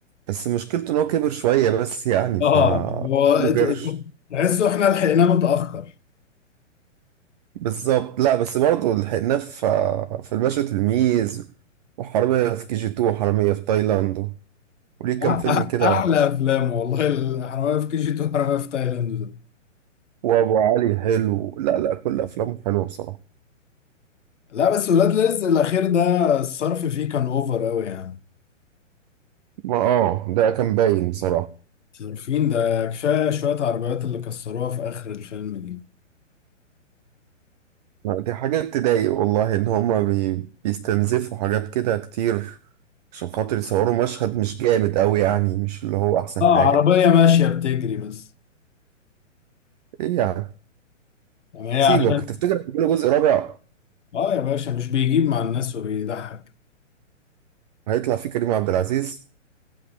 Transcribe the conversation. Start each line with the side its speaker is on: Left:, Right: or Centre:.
Right: بس مشكلته ان هو كبر شوية بس يعني
Left: اه
Right: ف
Left: هو
Right: له قرش
Left: تحسه احنا لحقناه متاخر
Right: بالظبط لا بس برضه لحقناه في في الباشا تلميذ وحرامية في كي جي 2 وحرامية في تايلاند وليه
Left: أح-
Right: كام فيلم
Left: أح-
Right: كده
Left: احلى افلام والله الحراميه في كي جي 2 وحراميه في تايلاند ده
Right: وابو علي حلو لا لا كل افلامه حلوه بصراحة
Left: لا بس ولاد رزق الاخير ده الصرف فيه كان اوفر قوي يعني
Right: ما اه ده كان باين بصراحة
Left: صارفين ده كفاية شوية عربيات اللي كسروها في آخر الفيلم دي
Right: دي حاجات تضايق والله ان هما بي... بيستنزفوا حاجات كده كتير عشان خاطر يصوروا مشهد مش جامد قوي يعني مش اللي هو احسن
Left: اه
Right: حاجه
Left: عربية ماشية بتجري بس
Right: ايه يعني
Left: يعني هي
Right: سيبك
Left: عشان
Right: تفتكر هيعملوا جزء رابع
Left: اه يا باشا مش بيجيب مع الناس وبيضحك
Right: هيطلع فيه كريم عبد العزيز